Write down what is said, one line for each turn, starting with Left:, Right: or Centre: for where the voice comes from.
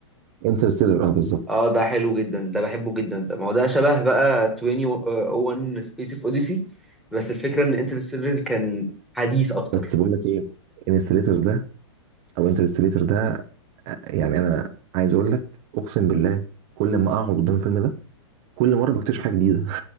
Right: انترستيلر اه بالظبط
Centre: اه ده حلو جدا ده بحبه جدا ده ما هو ده شبه بقى 2001 سبيس اوف اوديسي بس الفكرة ان انترستيلر كان حديث اكتر
Right: بس بقول لك ايه انستليتور ده او انترستيلر ده آه، يعني انا عايز اقول لك اقسم بالله كل ما اقعد قدام الفيلم ده كل مره بكتشف حاجه جديده